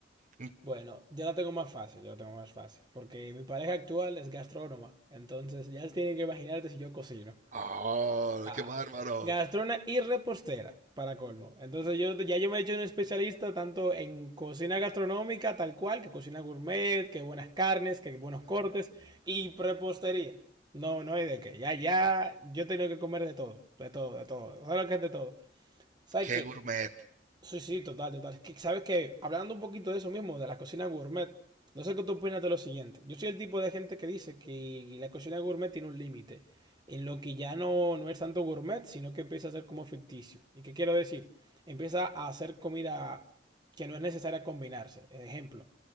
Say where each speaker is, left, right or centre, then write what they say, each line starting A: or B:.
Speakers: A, on the right; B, on the right.
A: Mm.
B: Bueno, ya la tengo más fácil, ya la tengo más fácil. Porque mi pareja actual es gastrónoma. Entonces ya tienen que imaginarte si yo cocino.
A: ¡Oh,
B: Ah.
A: qué bárbaro!
B: Gastrona y repostera, para colmo. Entonces yo ya yo me he hecho un especialista tanto en cocina gastronómica, tal cual, que cocina gourmet, que buenas carnes, que buenos cortes, y prepostería. No, no hay de qué. Ya, ya, yo tengo que comer de todo, de todo, de todo. ¿Sabes lo que es de todo? ¿Sabes
A: ¡Qué
B: qué?
A: gourmet!
B: Sí, sí, total, total. Es que, ¿sabes que Hablando un poquito de eso mismo, de la cocina gourmet, no sé qué tú opinas de lo siguiente. Yo soy el tipo de gente que dice que la cocina gourmet tiene un límite, en lo que ya no, no es tanto gourmet, sino que empieza a ser como ficticio. ¿Y qué quiero decir? Empieza a hacer comida que no es necesaria combinarse. Ejemplo,